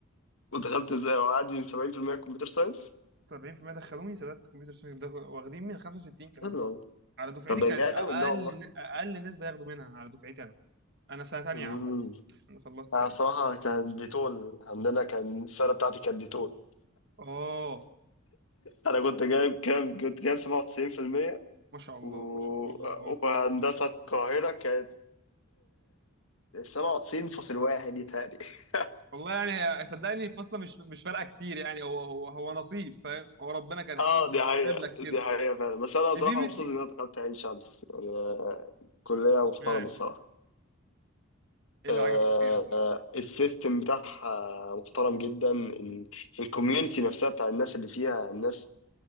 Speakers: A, on the left; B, on the right.
A: ودخلت ازاي؟ وعادي 70% كمبيوتر ساينس؟
B: 70% دخلوني سادات كمبيوتر ساينس ده واخدين من 65 كمان
A: حلو والله
B: على دفعتي
A: طب ده
B: كانت
A: جامد
B: أقل
A: ده والله
B: أقل نسبة ياخدوا منها على دفعتي أنا أنا سنة تانية
A: امم
B: عامة أنا خلصت
A: أنا
B: تانية
A: صراحة كان ديتول عندنا كان السنة بتاعتي كانت ديتول
B: آه
A: أنا كنت جايب كام؟ كنت جايب 97%
B: ما شاء الله
A: و-
B: ما شاء الله الله أكبر
A: وهندسة القاهرة كانت سبعة وتسعين فاصل واحد يتهيألي <laughs>
B: والله يعني هي- صدقني الفصل مش مش فارقة كتير يعني هو هو هو نصيب فاهم هو ربنا كان إيه
A: اه دي حقيقة
B: كاتب لك كده
A: دي حقيقة فعلا بس أنا صراحة
B: دي
A: مبسوط
B: دي
A: إن أنا دخلت عين شمس يعني كلية محترمة
B: يعني
A: الصراحة
B: إيه
A: آه،
B: اللي عجبك فيها طيب
A: آه، السيستم بتاعها محترم جدا ال- الكوميونتي نفسها بتاع الناس اللي فيها الناس